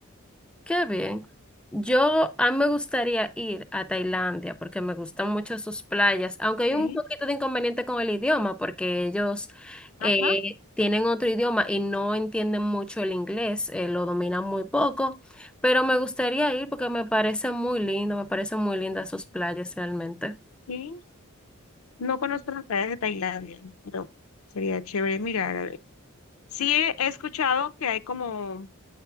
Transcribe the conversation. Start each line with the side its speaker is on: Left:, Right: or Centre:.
Centre: Qué bien. Yo, a mí me gustaría ir a Tailandia porque me gustan mucho sus playas, aunque hay
Left: Sí,
Centre: un poquito de inconveniente con el idioma porque ellos
Left: ajá.
Centre: eh, tienen otro idioma y no entienden mucho el inglés, eh, lo dominan muy poco, pero me gustaría ir porque me parece muy lindo, me parecen muy lindas sus playas realmente.
Left: Sí. No conozco las playas de Tailandia, pero sería chévere mirar, a ver. Sí he, he escuchado que hay como,